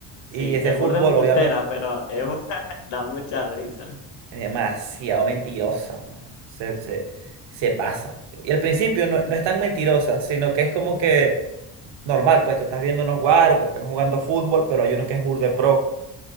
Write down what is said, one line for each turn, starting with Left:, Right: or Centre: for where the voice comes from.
Right: Y
Left: Sí,
Right: es de
Left: es
Right: fútbol,
Left: burda embustera,
Right: obviamente.
Left: pero es burda- <laughs> da mucha risa.
Right: Es demasiado mentirosa, mano. Se, se, se pasa. mano. Y al principio no, no es tan mentirosa, sino que es como que normal, pues tú estás viendo unos guaros que están jugando fútbol, pero hay uno que es burde pro.